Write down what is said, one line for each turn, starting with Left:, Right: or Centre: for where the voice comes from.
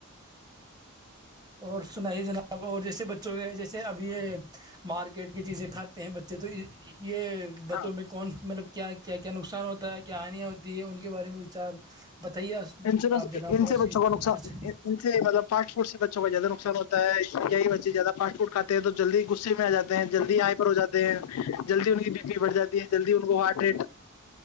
Right: اور سنائیے جناب اور جیسے بچوں کے جیسے <unintelligible> سے ابھی یہ مارکیٹ کی چیزیں کھاتے ہیں بچے تو <unintelligible> ج <unintelligible> یہ بتوں
Left: ہاں
Right: میں کون مطلب کیا <unintelligible> کیا کیا نقصان ہوتا ہے کیا ہانیاں ہوتی ہے ان کے بارے میں وچار <unintelligible> بتائیے
Left: انس
Right: آپ جناب
Left: ان
Right: تھوڑا
Left: سے بچوں
Right: سی
Left: کو نقصانطلب
Right: سے۔
Left: پ ف سے ب <unintelligible> اس کا زیاہ نقصان ہوتا ہے <unintelligible> سنچے زدہاسٹ <unintelligible> کاتے ہیں تو جلدی غصے میں آ جاتے ہیں جلدی آاں پر ہو جاتے ہیں جلدی ان کی <unintelligible> پڑ جاتی جلدی ان کو ہارٹ <unintelligible> ہ